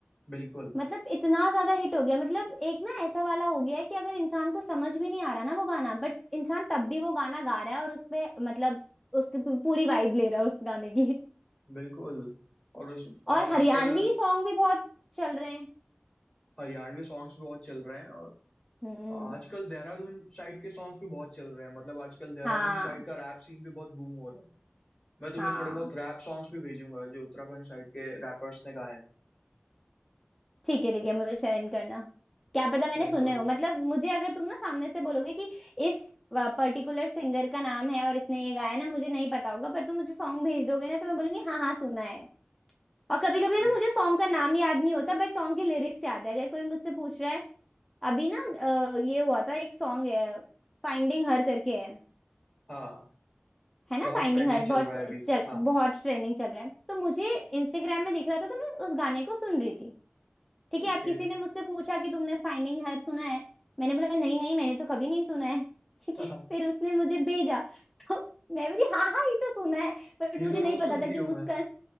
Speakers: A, on the left; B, in the centre.
A: बिल्कुल
B: मतलब इतना ज्यादा हिट हो गया मतलब एक ना ऐसा वाला हो गया है कि अगर इंसान को समझ भी नहीं आ रहा ना वो गाना बट इंसान तब भी वो गाना गा रहा है और उस पे मतलब उसकी पू- पूरी वाइब ले रहा है उस गाने की
A: बिल्कुल और उस आजकल
B: और हरियाणवी सॉन्ग भी बहुत चल रहे हैं
A: हरियाणवी सॉन्ग्स भी बहुत चल रहे हैं और
B: हम्म
A: आजकल देहरादून साइड के सॉन्ग्स भी बहुत चल रहे हैं मतलब आजकल देहरादून
B: हाँ
A: साइड का रैप सीन भी बहुत बूम हो रहा है मैं तुम्हें
B: हाँ
A: थोड़े बहुत रैप सॉन्ग्स भी भेजूंगा जो उत्तराखंड साइड के रैपर्स ने गाए हैं
B: ठीक है ठीक है मुझे शेयर करना क्या पता मैंने
A: बिल्कुल
B: सुने हो मतलब मुझे अगर तुम ना सामने से बोलोगे कि इस पर्टिकुलर सिंगर का नाम है और इसने ये गाया है ना मुझे नहीं पता होगा पर तुम मुझे सॉन्ग भेज दोगे ना तो मैं बोलूंगी हाँ हाँ सुना है और कभी कभी
A: बिल्कुल
B: ना मुझे सॉन्ग का नाम याद नहीं होता पर सॉन्ग के लिरिक्स याद है अगर कोई मुझसे पूछ रहा है अभी ना अ, ये हुआ था एक सॉन्ग है फाइंडिंग हर करके है
A: हाँ
B: है ना
A: बहुत
B: फाइंडिंग
A: ट्रेंडिंग
B: हर बहुत
A: चल रहा है अभी
B: चल
A: हाँ
B: बहुत ट्रेंडिंग चल रहा है तो मुझे इंस्टाग्राम में दिख रहा था तो मैं उस गाने को सुन रही थी ठीक
A: ओके
B: है अब किसी ने मुझसे पूछा कि तुमने फाइंडिंग हर सुना है मैंने बोला नहीं नहीं मैंने तो कभी नहीं सुना है ठीक
A: <laughs>
B: है फिर उसने मुझे भेजा तो मैं बोली हाँ हाँ ये तो सुना है बट
A: ये
B: मुझे
A: तो
B: नहीं
A: रोज सुनती
B: पता था कि
A: हूँ
B: उसका
A: मैं